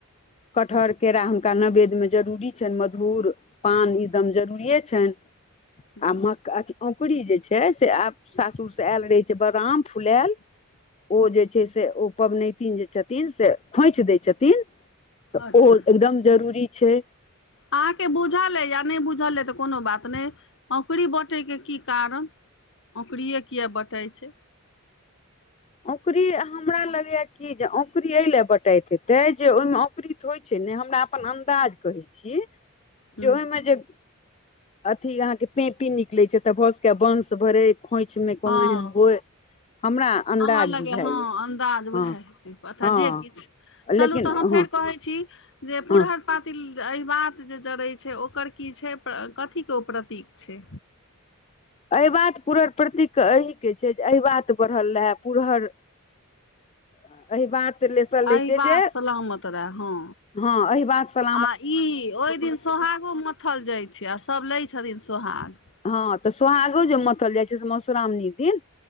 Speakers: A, on the left (about 30°); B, on the left (about 60°).
A: कटहर केरा हुन हुनका नैवेद्य में जरूरी छैन मधुर, पान, ई दम जरूरिये छैन।
B: हूँ
A: आ मक-अथी औकुरी जे छै, से आब सासुरसँ एल रहै छै बादाम फुलैल ओ जे छै से ओ पबनैतिन जे छथिन से खोंइछ दै छथिन। तऽ
B: अच्छा
A: ओ एकदम जरूरी छै।
B: अहाँके बुझल अइ? या नैय बुझल अइ तऽ कोनो बात नैय, औंकरी बँऽटै के की कारण? औंकड़िये किया बँटाइ छै?
A: औकरी हमरा लगैया क की जे औंकुरी अइ लैऽ बँटाइत हेतै जे ओई में औंकरीत तऽ होइ छै ने, हमरा अपन अन्दाज कहै छी,
B: हूँ
A: जे ओई मे जे अथी अहाँके पेंपी निकलै छै, तऽ भ सकैयै बंश भरै, खोंइछ में कोनो
B: हँ
A: एहन होय। हमरा अन्दाज
B: हमरा लगेयै,
A: बुझाइए
B: हँ, अन्दाज
A: हँ
B: वैहैऽ हेतै, पता
A: हँ
B: जे किछु चलू
A: लेकिन
B: तऽ हम
A: हँ
B: फेर कहै छी जे पुरहर
A: हँ
B: पातिल अहिबात जे जरै छै ओकर की छै? कथीके ओ प्रतीक छै?
A: अइबात पुरर परतीक अहीके छै, जे अहिबात बड़हल रहैऽ, पुरहर एहि बात लेसल
B: अहीबात
A: रहै छै जे
B: सलामत रए, हँ।
A: हँ, अहिबात सला
B: आ ई ओई दिन सोहागो माथल जाइत छै, आ सब लै छथिन सोहाग।
A: हँ तऽ सोहागो जे मथल जाइ छै, से मौश्रामणी दिन।